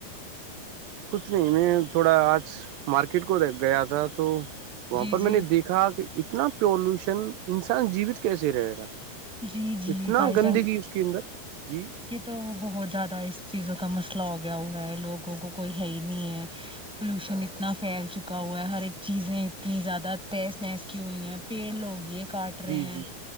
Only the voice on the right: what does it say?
کچھ نہیں میں تھوڑا آج مارکیٹ کو د گیا تھا تو وہاں
پر
میں نے دیکھ ا کہ اتنا پولوشن انسان جیوت کیسے رہے رہا
اتنا
گندگی
اس کے اندر جی
جی
جی